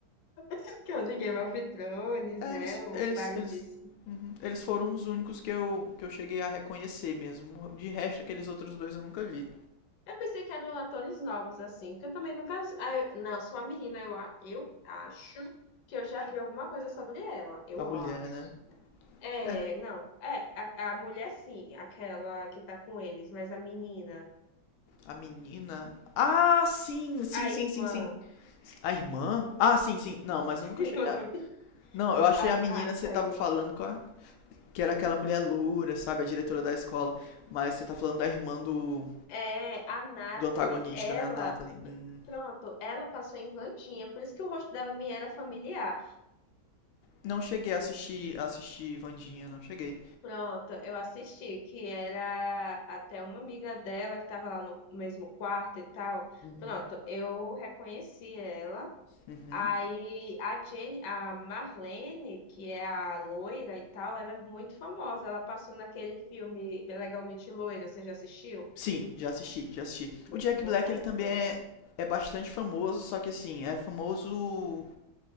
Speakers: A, on the left; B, on the left.
A: <laughs> que é o de Game of Thrones,
B: É,
A: né?
B: eles,
A: O
B: eles,
A: variedíssimo.
B: eles, uhum. eles foram os únicos que eu, que eu cheguei a reconhecer mesmo. De resto, aqueles outros dois eu nunca vi.
A: Eu pensei que eram atores novos, assim, porque eu também nunca. ah, eu- Não, sou uma menina, eu, a- eu acho que eu já vi alguma coisa sobre ela. Eu
B: A mulher,
A: acho.
B: né?
A: É,
B: É,
A: não, é, a, a mulher sim, aquela que tá com eles, mas a menina,
B: a menina. Ah, sim, sim,
A: a
B: sim,
A: irmã,
B: sim, sim. A irmã? Ah, sim, sim. Não, mas
A: <laughs>
B: eu nunca
A: irmã
B: cheguei a...
A: do-
B: Não, eu achei
A: a
B: a
A: Natalie,
B: menina, você tava falando com a... Que era aquela mulher loura, sabe? A diretora da escola. Mas você tá falando da irmã do,
A: é, a Natalie,
B: do antagonista,
A: ela,
B: né? A Natalie. Hum.
A: pr- pronto, ela passou em Vandinha, por isso que o rosto dela me era familiar.
B: Não cheguei a assistir, a assistir Vandinha, não cheguei.
A: Pronto, eu assisti, que era até uma amiga dela que tava lá no mesmo quarto e tal.
B: Uhum,
A: Pronto, eu reconheci ela.
B: uhum.
A: Aí a Jenny, a Marlene, que é a loira e tal, ela é muito famosa. Ela passou naquele filme Legalmente Loira, você já assistiu?
B: Sim, já assisti, já assisti.
A: Muito
B: O Jack
A: bom,
B: Black,
A: maravilhoso.
B: ele também é, é bastante famoso, só que assim, é famoso